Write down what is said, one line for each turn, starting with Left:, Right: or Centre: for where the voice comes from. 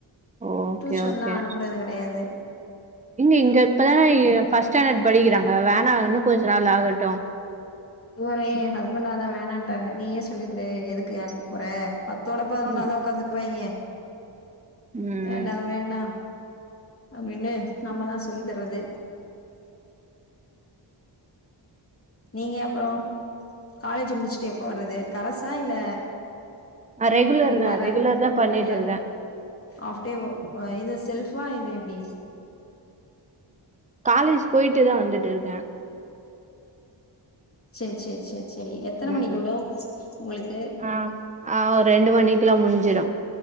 Right: ஓகே
Left: டியூஷன்
Right: ஓகே
Left: எல்லாம் அனுப்புறது கிடையாது
Right: இங்க இங்க இப்பதான ஃபர்ஸ்ட் ஸ்டர்ண்டட் படிக்கிறாங்க வேணா
Left: ஆமா
Right: இன்னு கொஞ்ச நாள் ஆகட்டு
Left: இவரே என் ஹஸ்பண்ட் அதா வேணான்ட்டாங்க நீ ஏன் சொல்லி கு டு எதுக்கு அனுப்ப போற பத்தோட பதினொன்னாதா
Right: ம்
Left: உட்காந்துப்பாங்க
Right: ம்
Left: வேண்டா வேண்டா அப்டின்னு நம்மதா சொல்லி தர்றது நீங்க அப்புறம் காலேஜ் முடிச்சுட்டு எப்போ வர்றது கரசா இல்ல
Right: ஆ ரெகுலர்
Left: ரெகுலரா
Right: தா ரெகுலர் தா பண்ணிட்டு
Left: ரெகுலர்
Right: இருந்த
Left: ஆஃப் டே இது செல்பா இது எப்படி
Right: காலேஜ் போயிட்டு தா வந்துட்டு இருக்கேன்
Left: சேரி சேரி சேரி சேரி எத்தன
Right: ம்
Left: மணிக்கு
Right: ம்
Left: உடும் உங்களுக்கு
Right: ஆ ஆ ஒரு ரெண்டு மணிக்குலா முடிஞ்சிரும்